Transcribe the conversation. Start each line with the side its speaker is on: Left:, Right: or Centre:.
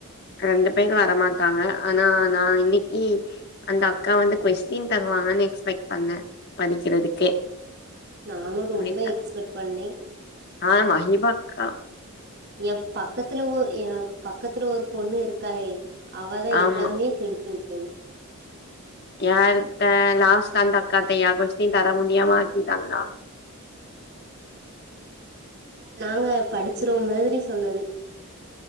Left: க்ரெண்டு பேர் வரமாட் டாங்க ஆனா நா இன்னிக்கி அந்தக்கா வந்து கொஸ்டின் த ருவாங்கன் எக்ஸ்பெக்ட் பண்ணே படிக்கிறதுக்கே
Right: நானு ரொம்ப
Left: இப்டி இருக்கா
Right: எக்ஸ்பெட் பண்ணே
Left: ஆ மஹி பக்கா
Right: ஏ பக்கத்துல ஒ ஏ பக் கத்துல ஒரு பொண்ணு இருக்காளே அவதா
Left: ஆமா
Right: எல்லாமே கெடுத்து உட்டது
Left: யாருட்ட லாஸ்ட்ல அந்தக்காட்டயா கொஸ்டின் தர முடியாம ஆக்கிடீடாங்ளா
Right: நாங்க படிச்சுருவோ மாத்ரி சொன்னது